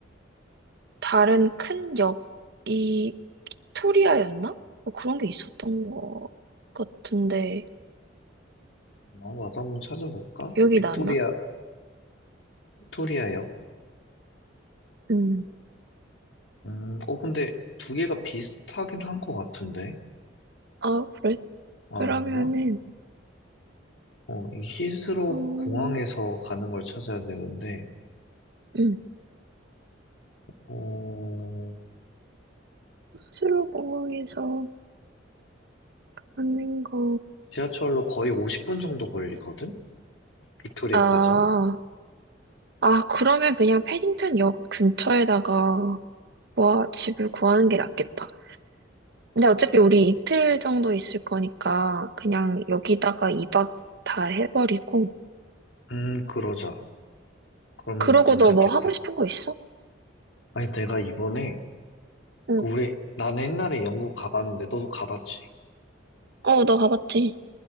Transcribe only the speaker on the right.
다른 큰 역이 빅토리아였나? 뭐 그런 게 있었던 것 같은데
기억이
나나?
음.
아 그래?
그러면은
어,
음.
스스로 공항에서 하는 거
아. 아, 그러면 그냥 패딩턴 역 근처에다가 뭐 집을 구하는 게 낫겠다. 근데 어차피 우리 이틀 정도 있을 거니까 그냥 여기다가 2박 다 해버리고.
그러고
너 뭐 하고 싶은 거 있어?
응.
어, 너 가봤지?